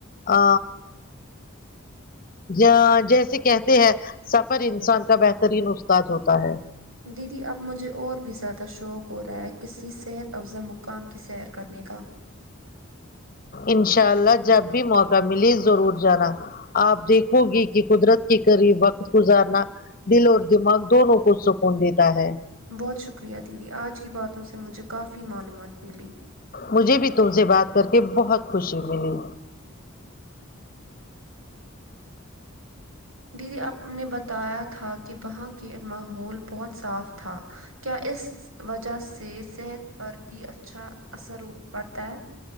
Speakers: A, on the left (about 40°); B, on the right (about 85°).
A: آ جا جیسے کہتے ہیں سفر انسان کا بہترین استاد ہوتا ہے
B: دیدی اب مجھے اور بھی زیادہ شوق ہو رہا ہے کسی صحت افزا مقام کی سیر کرنے کا
A: انشاء اللہ جب بھی موقع ملی ضرور جانا آپ دیکھو گی کہ قدرت کے قریب وقت گزارنا دل اور دماغ دونوں کو سکون دیتا ہے
B: بہت شکریہ دیدی آج کی باتوں سے مجھے کافی معلومات ملی
A: مجھے بھی تم سے بات کر کے بہت خوشی ملی
B: دیدی آپ نے بتایا تھا کہ وہاں کے ماحول بہت صاف تھا کیا اس وجہ سے صحت پر بھی اچھا اثر پڑتا ہے